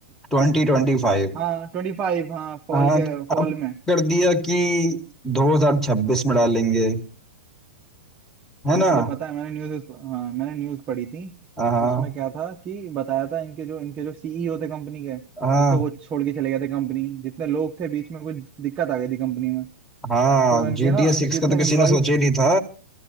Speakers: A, in the centre; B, on the right.
A: twenty twenty five
B: हाँ ट्वेंटी फाइव हाँ फॉल
A: हाँ
B: के
A: तो
B: फॉल
A: अब
B: में
A: कर दिया कि दो हजार छब्बीस में डालेंगे है
B: अरे
A: ना
B: तुझे पता है मैंने न्यूज हाँ मैंने न्यूज पढ़ी थी
A: हाँ
B: उसमें क्या था कि बताया था इनके जो इनके जो सीईओ थे कंपनी के
A: हाँ
B: एक तो वो छोड़ के चले गए थे कंपनी जितने लोग थे बीच में कुछ दिक्कत आ गई थी कंपनी में
A: हाँ
B: तो इनके
A: जी
B: ना
A: टी एस सिक्स
B: जितने
A: का तो किसी
B: एम्प्लॉयज
A: ने सोचा ही नहीं था